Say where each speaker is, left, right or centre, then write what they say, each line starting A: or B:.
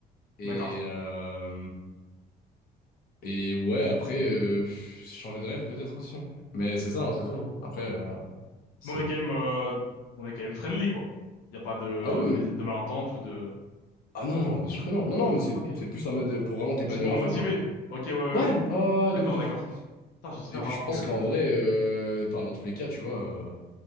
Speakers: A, on the left; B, on the left.
A: Et,
B: d'accord.
A: euh, et ouais, après, euh, pff, changer de rêve peut-être aussi. Mais c'est ça, hein, c'est tout. hein. Après, euh, c'est...
B: Mais on est quand même, euh, on est quand même friendly, quoi. Il n'y a pas de,
A: Ah oui,
B: de, mis- de malentente ou de...
A: ah non, non, bien sûr que non. Non, non, mais c'est
B: Ok.
A: c'est plus un mode euh, pour vraiment t'épanouir
B: C'est pour
A: à
B: motiver.
A: fond, quoi.
B: Ok, ouais, ouais. ouais.
A: Ouais, oh, ouais, ouais,
B: D'accord,
A: de ouf, de
B: d'accord.
A: ouf.
B: Putain, j'espère
A: Et puis
B: alors
A: je pense
B: que...
A: qu'en vrai, euh, enfin, dans tous les cas, tu vois, euh,